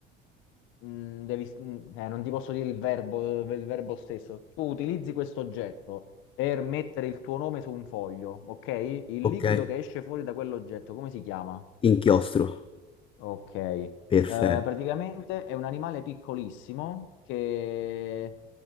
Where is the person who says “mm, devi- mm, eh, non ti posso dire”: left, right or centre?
Left